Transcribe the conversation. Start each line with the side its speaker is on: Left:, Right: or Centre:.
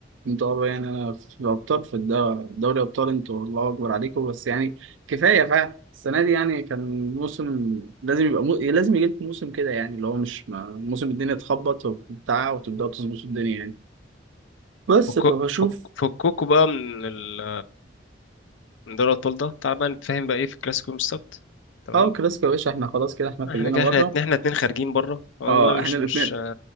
Right: انتوا أب- يعني أنا في أبطال في الد- دوري أبطال انتوا الله أكبر عليكم بس يعني كفاية فعلا السنة دي يعني كان موسم لازم يبقى مو... لازم يجي لكم موسم كده يعني اللي هو مش ما... موسم الدنيا تخبط وبتاع وتبدأوا تظبطوا الدنيا يعني بس
Left: فكو-
Right: فبشوف
Left: فك- فكوكوا بقى من ال... من دوري الابطال ده تعال بقى نتفاهم بقى ايه في الكلاسيكو يوم السبت تمام
Right: اه كلاسيكو يا باشا احنا خلاص كده احنا كلنا
Left: احنا كده
Right: بره
Left: احنا اتنين احنا اتنين خارجين بره خلاص
Right: اه
Left: بقى مش
Right: احنا الاتنين
Left: مش